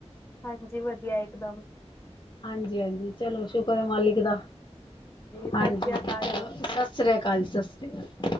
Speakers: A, on the left; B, on the left.
A: ਹਾਂਜੀ ਵਧੀਆ ਇਕ ਦੱਮ।
B: ਹਾਂਜੀ ਹਾਂਜੀ ਚਲੋ ਸ਼ੁਕਰ ਹੈ ਮਾਲਿਕ ਦਾ
A: ਸਤਿ
B: ਹਾਂਜੀ
A: ਸ੍ਰੀ
B: ਸਤ
A: ਅਕਾਲ ਜੀ।
B: ਸ੍ਰੀ ਸਤ੍ਰਿਆ ਅਕਾਲ ਸਤਿ ਸ਼੍ਰੀ ਅਕਾਲ